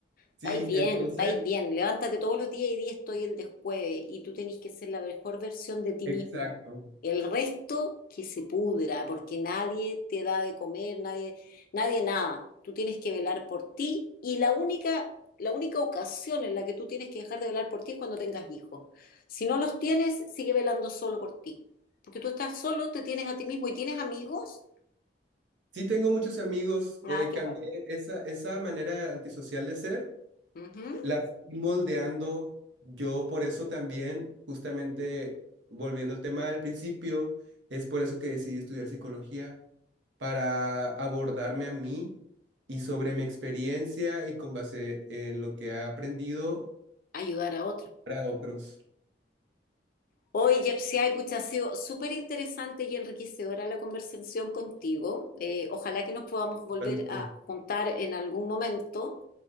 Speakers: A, on the left; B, on the right.
A: Estáis
B: sí,
A: bien,
B: entonces,
A: estáis bien. Levántate todos los días y día estoy el descueve. Y tú tenés que ser la mejor versión de ti
B: exacto.
A: mismo. El resto que se pudra, porque nadie te da de comer, nadie, nadie nada. Tú tienes que velar por ti y la única, la única ocasión en la que tú tienes que dejar de velar por ti es cuando tengas hijos. Si no los tienes, sigue velando solo por ti. Porque tú estás solo, te tienes a ti mismo y tienes amigos.
B: Sí, tengo muchos amigos.
A: Ah,
B: eh,
A: qué
B: cambié
A: bueno.
B: esa, esa manera antisocial de ser,
A: Ujú.
B: la fui moldeando. Yo por eso también, justamente volviendo al tema del principio, es por eso que decidí estudiar psicología. para abordarme a mí y sobre mi experiencia y con base en lo que ha aprendido
A: Ayudar a otros.
B: para otros.
A: Oye, Yepsiay, pucha, ha sido súper interesante y enriquecedora la conversación contigo. Eh, ojalá que nos podamos volver
B: Realmente.
A: a juntar en algún momento.